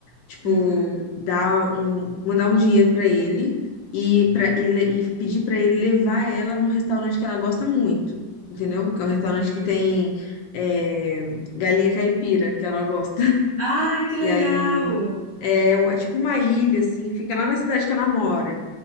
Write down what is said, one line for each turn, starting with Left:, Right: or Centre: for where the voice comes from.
Left: tipo,
Right: Uhum,
Left: dar um, mandar um dinheiro pra ele e para e le- e pedir pra ele levar ela num restaurante que ela gosta muito, entendeu? Que é um restaurante
Right: uhum.
Left: que tem é, galinha caipira, que ela gosta.
Right: Ai, que legal!
Left: E aí é, um- é tipo uma ilha assim, fica lá na cidade que ela mora.